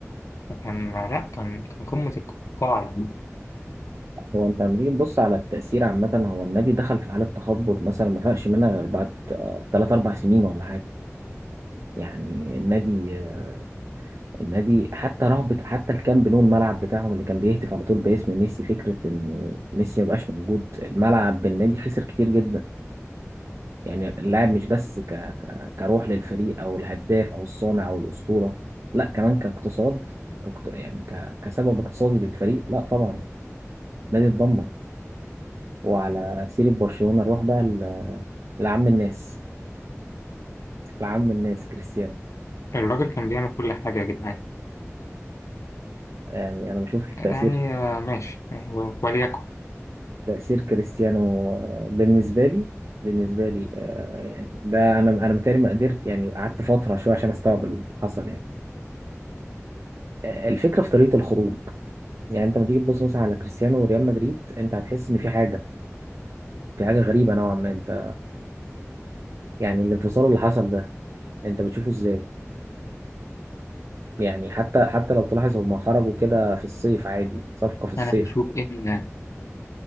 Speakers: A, on the left; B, on the right.
A: فكان لا كان كان قمة القاع يعني.
B: هو انت لما تيجي تبص على التأثير عامة هو النادي دخل في حالة تخبط مثلا ما فاقش منها غير بعد آه، تلات أربع سنين ولا حاجة يعني النادي آه، النادي حتى رهبة حتى الكامب نو الملعب بتاعهم اللي كان بيهتف على طول باسم ميسي فكرة إنه ميسي مبقاش موجود الملعب بالنادي خسر كتير جدا يعني اللاعب مش بس ك... ك... كروح للفريق أو الهداف أو الصانع أو الأسطورة لا كمان كاقتصاد كاقت- يعني ك... كسبب اقتصادي للفريق لا طبعا النادي اتدمر وعلى سيرة برشلونة نروح بقى ل- لعم الناس لعم الناس كريستيانو
A: الراجل كان بيعمل كل حاجة يا جدعان
B: يعني أنا بشوف
A: يعني
B: تأثير
A: آه، ماشي يعني، و- وليكن
B: تأثير كريستيانو آه، بالنسبة لي بالنسبة لي آه، يعني ده أنا أنا متهيألي ما قدرت يعني قعدت فترة شوية عشان أستوعب اللي حصل يعني آه، الفكرة في طريقة الخروج يعني أنت لما تيجي تبص مثلا على كريستيانو وريال مدريد أنت هتحس إن في حاجة في حاجة غريبة نوعا ما أنت يعني الانفصال اللي حصل ده أنت بتشوفه إزاي؟ يعني حتى حتى لو تلاحظ هما خرجوا كده في الصيف عادي صفقة في الصيف
A: انا بشوف ان